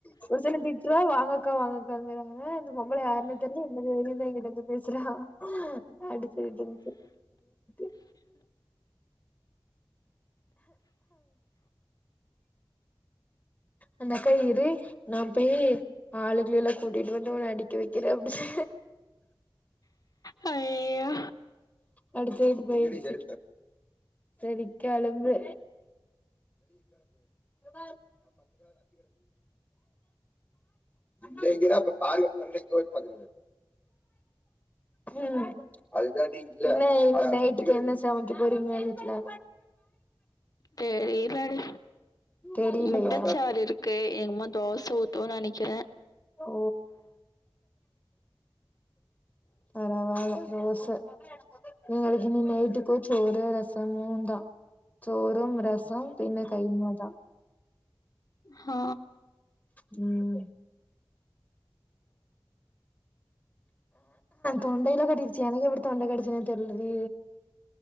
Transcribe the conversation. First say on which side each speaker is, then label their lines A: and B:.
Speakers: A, on the left; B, on the left.
A: புருஷன திட்றா வாங்கக்கா வாங்கக்காங்கறாங்க இந்த பொம்பள யார்னே தெர்ல <unintelligible> பேசறா அடுத்தது <unintelligible> அந்த அக்கா இரு நா போயி ஆளுகளயெல்லா கூட்டிட்டு வந்து உன்ன அடிக்க வைக்கிறே அப்டி
B: ஹையயோ
A: அப்டி சொல்லிட்டு போய்ருச்சி செரி கெளம்பு அ இல்லைங்கிறா அப்ப பாருங்க பாருங்க இங்க போய் பாக்குறது ம் என்ன இன்னக்கி நைட்டுக்கு என்ன சமைக்க போறீங்க வீட்ல
B: தெரியலிடி
A: தெரிலையா
B: முட்டச்சாறு இருக்கு எங்கம்மா தோச ஊத்துன்னு நெனைக்கிறே
A: ஓ பரவால்ல தோச எங்களுக்கு இன்னைக்கி நைட்டுக்கு சோறு ரசமுந்தா சோறு ரசோ பின்ன கைமாதா
B: ஆ
A: ம் தொண்டையெல்லா கட்டிருச்சி எனக்கு எப்டி தொண்ட கட்டுச்சின்னே தெர்லடி